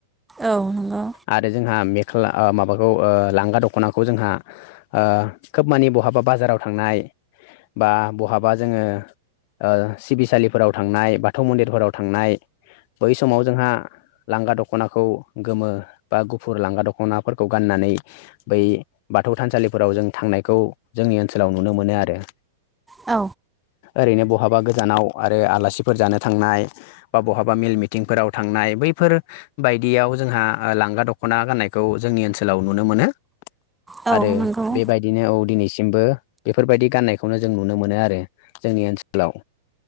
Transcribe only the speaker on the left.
आरो जोंहा मेख्ला आ माबाखौ ओ लांगा दख'नाखौ जोंहा ओ खोब माने बहाबा बाजाराव थांनाय बा बहाबा जोङो ओ सिबिसालिफोराव थांनाय बाथौ मन्दिरफोराव थांनाय बै समाव जोंहा लांगा दख'नाखौ गोमो बा गुफुर लांगा दख'ना फोरखौ गाननानै बै बाथौ थानसालिफोराव जों थांनायखौ जोंनि ओनसोलाव नुनो मोनो आरो।
ओरैनो बहाबा गोजानाव आरो आलासिफोर जानो थांनाय बा बहाबा मेल मिटिंफोराव थांनाय बैफोर बायदियाव जोंहा लांगा दख'ना गाननायखौ जोंनि ओनसोलाव नुनो मोनो।
आरो
बेबायदिनो औ दिनैसिमबो बेफोरबायदि गाननायखौनो जों नुनो मोनो आरो जोंनि ओनसोलाव